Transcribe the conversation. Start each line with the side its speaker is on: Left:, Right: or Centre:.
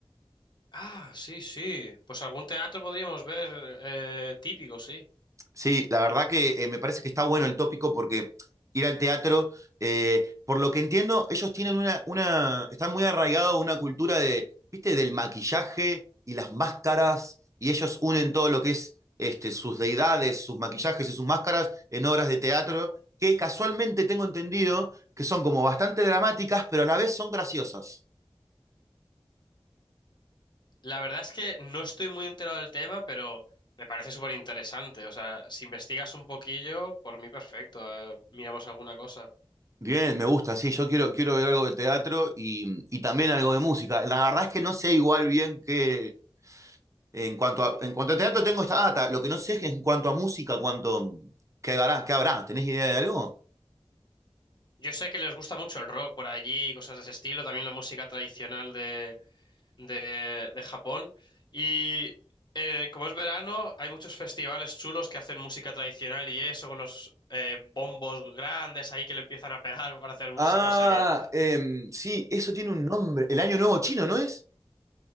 Left: Ah, sí, sí. Pues algún teatro podríamos ver eh, típico, sí.
Right: Sí, la verdad que eh, me parece que está bueno el tópico porque ir al teatro, eh, por lo que entiendo, ellos tienen una, una, están muy arraigados a una cultura de, viste, del maquillaje y las máscaras, y ellos unen todo lo que es este, sus deidades, sus maquillajes y sus máscaras en obras de teatro, que casualmente tengo entendido que son como bastante dramáticas, pero a la vez son graciosas.
Left: La verdad es que no estoy muy enterado del tema, pero me parece súper interesante. O sea, si investigas un poquillo, por mí perfecto. eh, miramos alguna cosa.
Right: Bien, me gusta, sí, yo quiero, quiero ver algo de teatro y, y también algo de música. La verdad es que no sé igual bien qué, En cuanto a, en cuanto a teatro tengo esta data. Lo que no sé es que en cuanto a música, cuánto, qué habrá, qué habrá. ¿Tenés idea de algo?
Left: Yo sé que les gusta mucho el rock por allí, y cosas de ese estilo, también la música tradicional de, de, de Japón. Y eh, como es verano, hay muchos festivales chulos que hacen música tradicional y eso, con los eh, bombos grandes ahí que le empiezan a pegar para hacer música.
Right: Ah,
Left: O sea que,
Right: em, sí, eso tiene un nombre. El Año Nuevo Chino, ¿no es?